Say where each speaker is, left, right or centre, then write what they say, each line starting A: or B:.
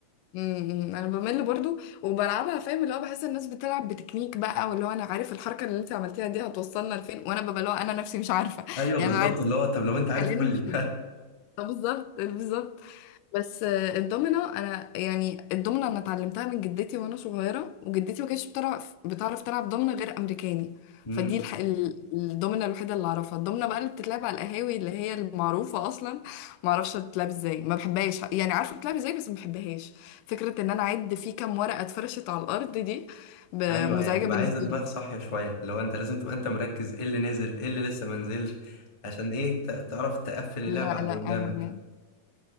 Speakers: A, on the left (about 85°); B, on the left (about 25°).
A: امم انا بمل برضو وبلعبها فاهم اللي هو بحس الناس بتلعب بتكنيك بقى واللي هو انا عارف الحركه اللي انت عملتيها دي هتوصلنا لفين وانا ببقى اللي هو انا نفسي مش عارفه
B: ايوه
A: يعني
B: بالظبط
A: انا لعبت
B: اللي هو طب لو انت عارف
A: خلينا
B: قول
A: نشوف
B: لي
A: طب بالظبط بالظبط بس آه، الدومينو انا يعني الدومينو انا اتعلمتها من جدتي وانا صغيره وجدتي ما كانتش بتعرف بتعرف تلعب دومينو غير امريكاني
B: <laughs> امم
A: فدي الح... ال- الدومينو الوحيده اللي اعرفها الدومينو بقى اللي بتتلعب على القهاوي اللي هي المعروفه اصلا ما اعرفش بتتلعب ازاي ما بحبهاش يعني عارفه بتتلعب ازاي بس ما بحبهاش فكره ان انا اعد في كام ورقه اتفرشت على الارض دي ب-
B: ايوه
A: مزعجه
B: هي بتبقى
A: بالنسبه
B: عايزه دماغ
A: لي
B: صاحيه شويه لو انت لازم تبقى انت مركز ايه اللي نزل ايه اللي لسه ما نزلش عشان ايه ت- تعرف تقفل اللعبه
A: لا
B: على اللي
A: لا
B: قدامك
A: انا